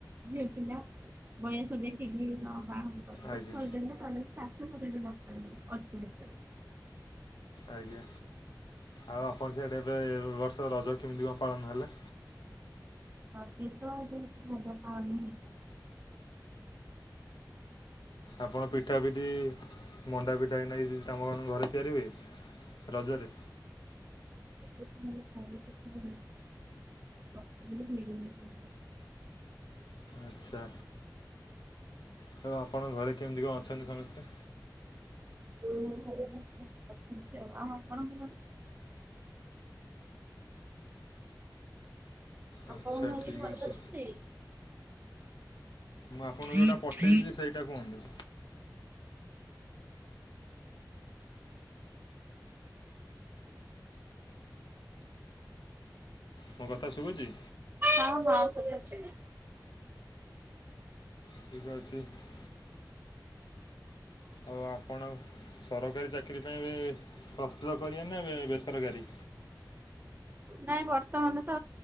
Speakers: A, on the right; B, on the left.
A: ଝିଅ ପିଲା ବୟସ ଦେଖିକି ବାହାଘର-
B: ଆଜ୍ଞା
A: <unintelligible>
B: ଆଜ୍ଞା। ଆଉ ଆପଣ ସିଆଡେ ଏ ବର୍ଷ ରାଜ କେମିତି କଣ ପାଳନ ହେଲା?
A: ରଜି ତ ବହୁତ ଭଲ ପାଳନ ହେଲା।
B: ଆପଣ। ପିଠା ପିଠି ମଣ୍ଡା ପିଠା ହେନାଇ ତମ କଣ ଘରେ ତିଆରିି ହୁଏ ରଜରେ?
A: <unintelligible>
B: ଆଚ୍ଛା। ତ ଆପଣଙ୍କ ଘରେ କେମିତି କଣ ଅଛନ୍ତି ସମସ୍ତେ?
A: <unintelligible> ଆଉ ଆପଣଙ୍କର?
B: ଆଚ୍ଛା
A: ଆପଣ ଘରେ
B: ଠିକ୍
A: ଭଲ
B: ଅଛି
A: ଅଛନ୍ତି?
B: ମୁଁ ଆପଣଙ୍କୁ
A: ଆଚ୍ଛା
B: ଯୋଉଟା ପଠେଇଛି ସେଇଟା କୁହନ୍ତୁ। ମୋ କଥା ଶୁଭୁଛି?
A: ହଁ ହଁ <unintelligible>
B: <inaudible> ଆଉ ଆପଣ ସରକାରି ଚାକିରୀ ପାଇଁ ଏବେ ପ୍ରସ୍ତୁତ କରିବେ ନା ବେସରକାରୀ।
A: ନାଇଁ ବର୍ତ୍ତମାନ ତ